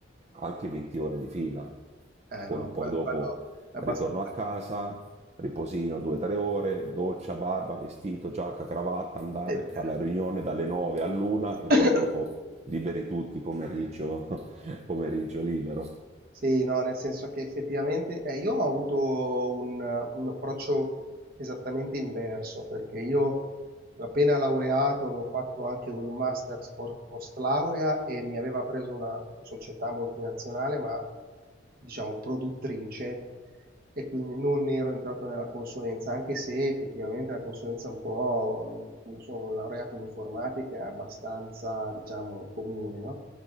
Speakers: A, on the right; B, on the right.
A: anche 20 ore di fila
B: Eh
A: con
B: no,
A: poi
B: que
A: dopo
B: quello è abbastanza
A: ritorno a casa, riposino 2-3 ore, doccia, barba, vestito, giacca, cravatta, andare,
B: e via.
A: fare la riunione dalle 9 all'una e
B: <coughs>
A: poi dopo liberi tutti, pomeriggio, <laughs> pomeriggio libero.
B: Sì, no, nel senso che effettivamente eh, io ho avuto un, un approccio esattamente inverso, perché io appena laureato avevo fatto anche un master po- post laurea e mi aveva preso una società multinazionale, ma diciamo produttrice, e quindi non ero entrato nella consulenza, anche se effettivamente la consulenza è un po', mhmm, io sono laureato in informatica, è abbastanza, diciamo, comune, no?